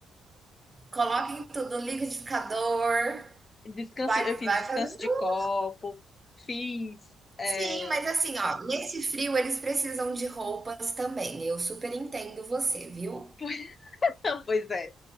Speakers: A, on the right; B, on the left.
A: coloca tudo, no liquidificador,
B: Descanso,
A: vai,
B: eu fiz
A: vai
B: descanso
A: fazendo.
B: de
A: um.
B: copo, fiz. é,
A: Sim, mas assim, ó, nesse frio eles precisam de roupas também. Eu super entendo você, viu?
B: <laughs> Pois é.